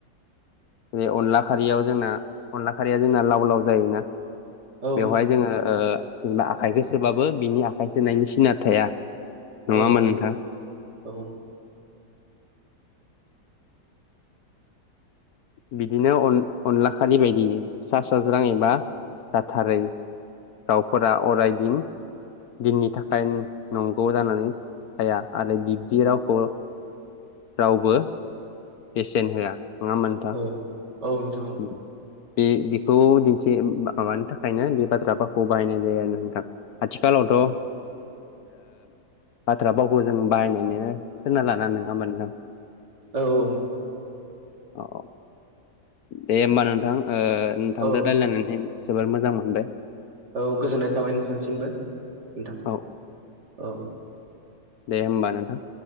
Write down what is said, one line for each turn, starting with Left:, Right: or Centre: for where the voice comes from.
Left: जेरै अनला खारैयाव जोंना अनला खारैया जोंना लाव लाव जायोना
Right: औ
Left: बेवहाय जोङो ओ आखाइखौ सोबाबो बिनि आखाइ सोनायनि सिना थाया नङा
Right: औ औ
Left: होमबा नोंथां
Right: औ
Left: बिदिनो अनला खालि बायदि सा साज्रां एबा जाथारै दाउफोरा अरायदिन दिननि थाखाय नंगौ जानानै थाया आरो बिब्दि रावखौ रावबो पेसेन्ट होआ नङाम नोंथां
Right: औ नोंथां
Left: उ बे बेखौ दिन्थि माबानि थाखायनो बे बाथ्राखौ बाहायनाय जायो आरो नोंथां आथिखालावथ'
Right: औ
Left: ओ बाथ्रा भावखौ जों बाहायनो खोना लाना नङा होनबा नोंथां
Right: औ
Left: औ औ दे होमबा नोंथां ओ नोंथांजों
Right: औ
Left: रायज्लायनानै जोबोर मोजां मोनबाय
Right: औ गोजोननाय थाबाय नोंथांसिमबो नोंथां
Left: औ
Right: औ
Left: दे होमबा नोंथां